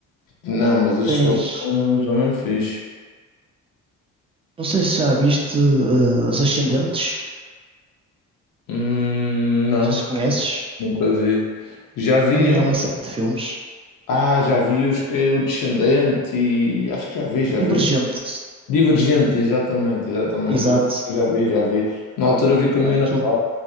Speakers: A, on the left; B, on the right.
A: Não, mas esses
B: Tens.
A: filmes são, são mesmo fixe.
B: Não sei se já viste eh, As Ascendentes.
A: Hum,
B: Não
A: não,
B: sei se conheces.
A: nunca vi. Já vi
B: Também
A: um.
B: é uma série de filmes.
A: Ah, já vi os que é o Descendente e acho que já vi, já
B: Divergente.
A: vi. Divergente, exatamente, exatamente.
B: Exato.
A: Eu Já vi, já vi. Na altura vi com a minha
B: É muito
A: namorada,
B: bom.